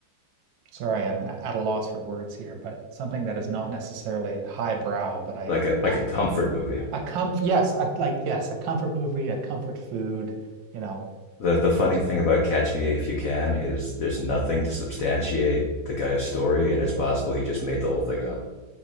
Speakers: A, on the right; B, on the left.
A: sorry, I'm at a loss for words here, but something that is not necessarily highbrow, but I
B: Like a like
A: I
B: a comfort movie.
A: A comf yes, I like yes, a comfort movie, a comfort food, you know.
B: The the funny thing about Catch Me If You Can is there's nothing to substantiate the guy's story, and it's possible he just made the whole thing up.